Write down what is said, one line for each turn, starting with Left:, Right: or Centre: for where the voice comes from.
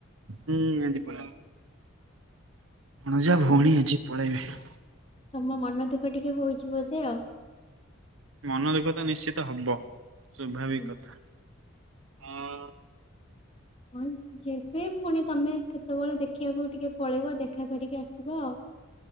Right: ହୁଁ ଆଜି ପଳେଇବ। ମୁଁ ଜା ଭଉଣୀ
Left: ଆଉ
Right: ହେଉଛି ପଳେଇବେ।
Left: ତମ ମନ ଦୁଃଖ ଟିକେ ହଉଛି ବୋଧେ ଆଉ?
Right: ମନ ଦୁଃଖ ତ ନିଶ୍ଚିତ ହବ, ସ୍ୱଭାବିକ
Left: ହୁଁ
Right: କଥା, ହଁ।
Left: ହଁ ଯେବେ ପୁଣି ତମେ କେତେବେଳେ ଦେଖିବାକୁ ବି ଟିକେ ପଳେଇବ, ଦେଖା କରିକି ଆସିବ ଆଉ।